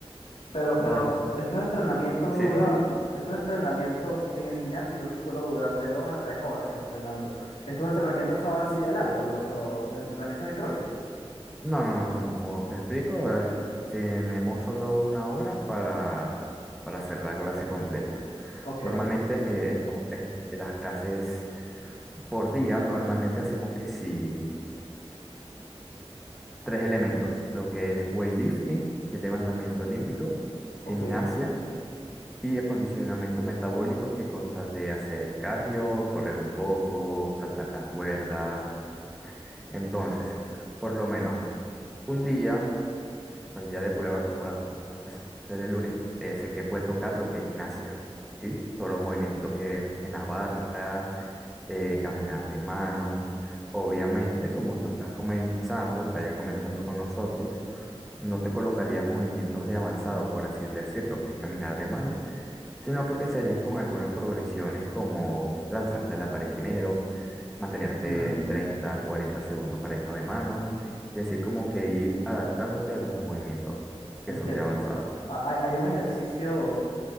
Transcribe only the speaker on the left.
Pero, pero
estos entrenamientos
duran,
estos entrenamientos en el gimnasio yo suelo durar de dos a tres horas entrenando. Estos entrenamientos son así de largos, lo- lo- los entrenamientos de CrossFit.
Ok,
ok,
mm,
entiendo.
Ha- Hay, hay un ejercicio